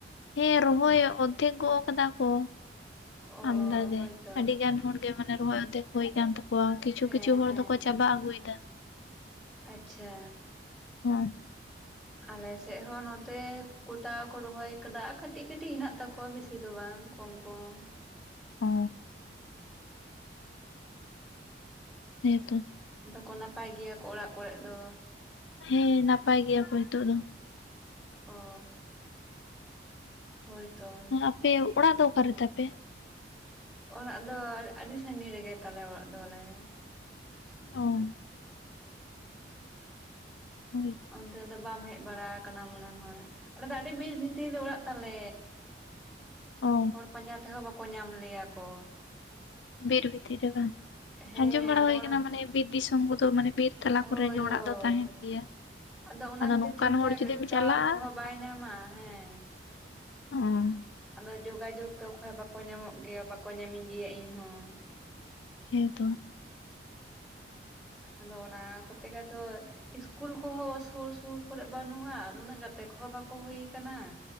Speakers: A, on the left (about 85°); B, in the centre.
A: ᱦᱮᱸ ᱨᱚᱦᱚᱭ ᱚᱨᱫᱷᱮᱠ ᱜᱚᱜ ᱟᱠᱟᱫᱟ ᱠᱚ᱾
B: ᱚ
A: ᱟᱢᱫᱟᱜᱮ
B: ᱦᱳᱭᱛᱚ
A: ᱟᱹᱰᱤ ᱜᱟᱱ ᱦᱚᱲᱜᱮ ᱢᱟᱱᱮ ᱨᱚᱦᱚᱭ ᱳᱫᱷᱮᱠ ᱦᱩᱭ ᱠᱟᱱ ᱛᱟᱠᱚᱣᱟ᱾ ᱠᱤᱪᱷᱩ
B: ᱦᱮᱸ
A: ᱠᱤᱪᱷᱩ ᱦᱚᱲ
B: ᱦᱮᱸ
A: ᱫᱚᱠᱚ ᱪᱟᱵᱟ ᱟᱹᱜᱩᱭᱮᱫᱟ᱾
B: ᱟᱪᱪᱷᱟ᱾
A: ᱦᱳᱸ᱾
B: ᱟᱞᱮᱥᱮᱫ ᱦᱚᱸ ᱱᱚᱛᱮ ᱜᱚᱴᱟ ᱠᱚ ᱨᱚᱦᱚᱭ ᱟᱠᱟᱫᱟ ᱠᱟᱹᱴᱤᱡ ᱠᱟᱹᱴᱤᱡ ᱦᱮᱱᱟᱜ ᱛᱟᱠᱚᱣᱟ ᱵᱤᱥᱤ ᱫᱚ ᱵᱟᱝ᱾ ᱠᱚᱢ-ᱠᱚᱢ᱾
A: ᱚ ᱦᱮᱸ ᱛᱚ᱾
B: ᱫᱚᱠᱚ ᱱᱟᱯᱟᱭ ᱜᱮᱭᱟ ᱠᱚ ᱚᱲᱟᱜ ᱠᱚᱨᱮ ᱫᱚ᱾
A: ᱦᱮᱸ ᱱᱟᱯᱟᱭ ᱜᱮᱭᱟ ᱠᱚ ᱱᱤᱛᱚᱜ ᱫᱚ᱾
B: ᱚ <inaudible> ᱦᱳᱭᱛᱚ᱾
A: ᱟᱯᱮ ᱚᱲᱟᱜ ᱫᱚ ᱚᱠᱟᱨᱮᱛᱟᱯᱮ?
B: ᱚᱲᱟᱜ ᱫᱚ ᱟᱹᱰᱤ ᱥᱟᱺᱜᱤᱧ ᱨᱮᱜᱮ ᱛᱟᱞᱮ ᱚᱲᱟᱜ ᱫᱚᱞᱮ᱾
A: ᱳᱢ᱾ ᱦᱳᱭ᱾
B: ᱚᱱᱛᱮ ᱫᱚ ᱵᱟᱢ ᱦᱮᱡ ᱵᱟᱲᱟ ᱟᱠᱟᱱᱟ ᱢᱚᱱᱮ ᱦᱚ ᱟᱞᱮ ᱟᱹᱰᱤ ᱵᱤᱨ ᱵᱷᱤᱛᱤᱨ ᱨᱮ ᱚᱲᱟᱜ ᱛᱟᱞᱮ᱾
A: ᱚ
B: ᱦᱚᱲ ᱯᱟᱸᱡᱟ ᱛᱮᱦᱚᱸ ᱵᱟᱠᱚ ᱧᱟᱢ ᱞᱮᱭᱟ ᱠᱚ᱾
A: ᱵᱤᱨ ᱵᱷᱤᱛᱤᱨ ᱨᱮ ᱵᱟᱝ
B: ᱦᱮᱸ
A: ᱟᱸᱡᱚᱢ ᱵᱟᱲᱟ
B: ᱟᱫᱚ
A: ᱦᱩᱭ ᱟᱠᱟᱱᱟ
B: ᱚᱱᱟ
A: ᱢᱟᱱᱮ ᱵᱤᱨ ᱫᱤᱥᱚᱢ ᱠᱚᱫᱚ ᱢᱟᱱᱮ ᱵᱤᱨ ᱛᱟᱞᱟ
B: ᱦᱳᱭ
A: ᱠᱚᱨᱮ ᱜᱮ
B: ᱦᱳᱭ
A: ᱚᱲᱟᱜ ᱫᱚ ᱛᱟᱦᱮᱱ ᱜᱮᱭᱟ᱾
B: ᱟᱫᱚ ᱚᱱᱟ ᱠᱷᱟᱹᱛᱤᱨ
A: ᱱᱚᱝᱠᱟᱱ
B: ᱴᱷᱤᱠ
A: ᱦᱚᱲ
B: ᱴᱷᱟᱠ
A: ᱡᱩᱫᱤᱢ
B: ᱴᱟᱣᱟᱨ
A: ᱪᱟᱞᱟᱜᱼᱟ
B: ᱠᱚᱦᱚᱸ ᱵᱟᱭ ᱧᱟᱢᱟ ᱦᱮᱸ᱾
A: ᱳᱸ᱾
B: ᱟᱫᱚ ᱡᱳᱜᱟᱡᱳᱜ ᱫᱚ ᱚᱠᱚ ᱵᱟᱠᱚ ᱧᱟᱢᱚᱜ ᱜᱮᱭᱟ ᱵᱟᱠᱚ ᱧᱟᱢᱤᱧ ᱜᱮᱭᱟ ᱤᱧ ᱦᱚᱸ᱾
A: ᱦᱮᱸᱛᱚ᱾
B: ᱟᱫᱚ ᱚᱱᱟ ᱠᱚᱛᱮ ᱜᱮ ᱟᱫᱚ ᱤᱥᱠᱩᱞ ᱠᱚᱦᱚᱸ ᱥᱩᱨ ᱥᱩᱨ ᱠᱚᱨᱮ ᱵᱟᱹᱱᱩᱜ-ᱟ᱾ ᱱᱩᱱᱟᱹᱜ ᱜᱟᱛᱮ ᱠᱚᱦᱚᱸ ᱵᱟᱠᱚ ᱦᱩᱭᱩᱭ ᱟᱠᱟᱱᱟ